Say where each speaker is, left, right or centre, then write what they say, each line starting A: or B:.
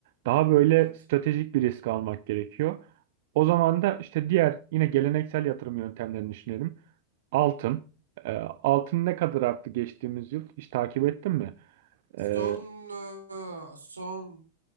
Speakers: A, on the right; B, on the right.
A: Daha böyle
B: evet.
A: stratejik bir risk almak gerekiyor. O zaman da işte diğer yine geleneksel yatırım yöntemlerini düşünelim. Altın. Ee, altın ne kadar arttı geçtiğimiz yıl? Hiç takip ettin mi?
B: Son
A: Ee,
B: eee, son